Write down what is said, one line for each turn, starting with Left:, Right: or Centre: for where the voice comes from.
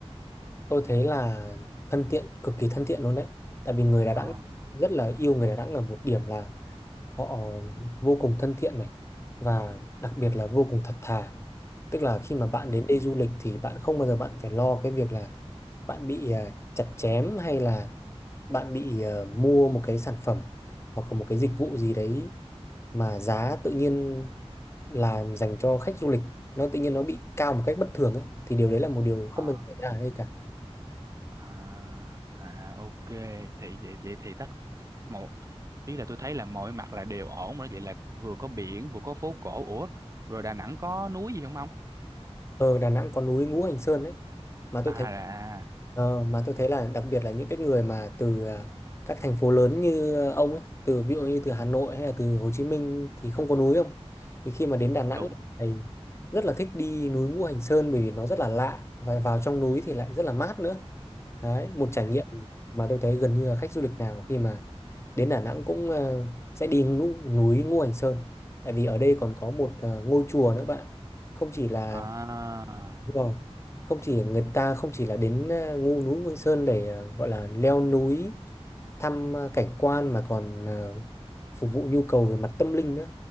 Left: tôi thấy là thân thiện cực kỳ thân thiện luôn đấy tại vì người Đà
Right: Ờ.
Left: Nẵng rất là yêu người Đà Nẵng ở một điểm là họ vô cùng thân thiện này và đặc biệt là vô cùng thật thà tức là khi mà bạn đến đây du lịch thì bạn không bao giờ bạn phải lo cái việc là bạn bị à, chặt chém hay là bạn bị ờ, mua một cái sản phẩm hoặc là một cái dịch vụ gì đấy mà giá tự nhiên là dành cho khách du lịch nó tự nhiên nó bị cao một cách bất thường ấy thì điều đấy là một điều không
Right: Ừ.
Left: bao giờ xảy ra ở đây cả
Right: à à ok thì vậy vậy thì tất một ý là tôi thấy là mọi mặt là đều ổn rồi đó. vậy là vừa có biển vừa có phố cổ ủa rồi Đà Nẵng có núi gì không ông
Left: Ờ, Đà Nẵng có núi Ngũ Hành Sơn đấy mà
Right: à
Left: tôi thấy
Right: là- à
Left: ờ, mà tôi thấy là đặc biệt là những cái người mà từ à, các thành phố lớn như ờ, ông ấy từ ví dụ như từ Hà Nội hay là từ Hồ Chí Minh thì không có núi không thì khi mà đến Đà Nẵng
Right: đúng
Left: thì rất là thích đi núi Ngũ Hành Sơn bởi vì nó rất là lạ và vào trong núi thì lại rất là mát nữa đấy một trải nghiệm mà tôi thấy gần như là khách du lịch nào khi mà đến Đà Nẵng cũng ờ, sẽ đi núi, núi Ngũ Hành Sơn tại vì ở đây còn có một ờ, ngôi chùa nữa bạn ạ không chỉ là
Right: à
Left: Đúng rồi. Không chỉ người ta không chỉ là đến à, ngu núi Ngôi Sơn để à, gọi là leo núi thăm à, cảnh quan mà còn à, phục vụ nhu cầu về mặt tâm linh nữa.